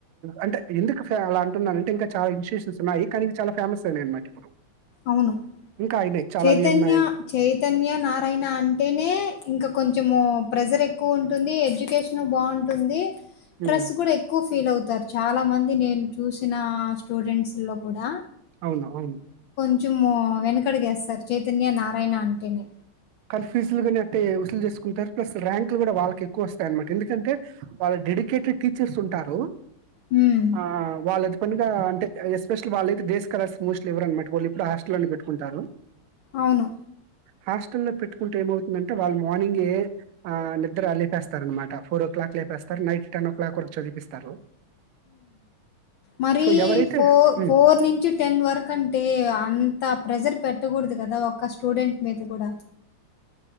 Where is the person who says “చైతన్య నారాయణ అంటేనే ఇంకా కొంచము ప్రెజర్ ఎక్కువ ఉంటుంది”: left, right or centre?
Left